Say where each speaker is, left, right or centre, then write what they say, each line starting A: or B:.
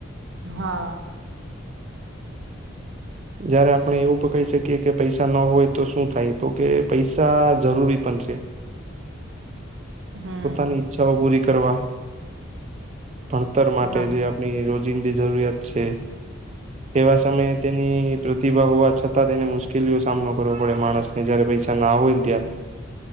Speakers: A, on the right (about 65°); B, on the right (about 35°).
A: હા
B: જયારે આપણે એવું પણ કહી શકીએ કે પૈસા ન હોય તો શું થાય તો કે પૈસા જરૂરી પણ છે.
A: હમ.
B: પોતાની ઈચ્છાઓ પૂરી કરવા ભણતર માટે
A: હા,
B: જે ની રોજિંદી જરૂરિયાત છે. એવા સમયે તેની પ્રતિભા હોવા છતાં તેને મુશ્કેલીઓ સામનો કરવો પડે માણસને જયારે પૈસા ના હોય ને ત્યારે હમ